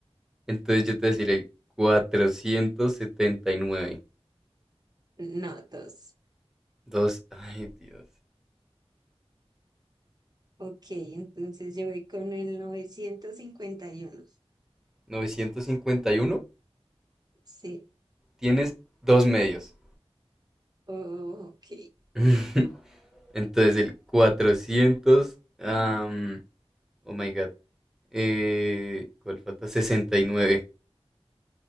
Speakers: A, in the centre; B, on the right (about 40°).
A: Entonces yo te deciré cuatrocientos setenta y nueve
B: No, dos.
A: Dos, ay Dios.
B: Ok, entonces yo voy con el 951.
A: novecientos cincuenta y uno
B: Sí,
A: Tienes dos medios.
B: Oh, ok.
A: <laughs> Entonces el cuatrocientos am, oh my God. Eh, ¿cuál falta? 69.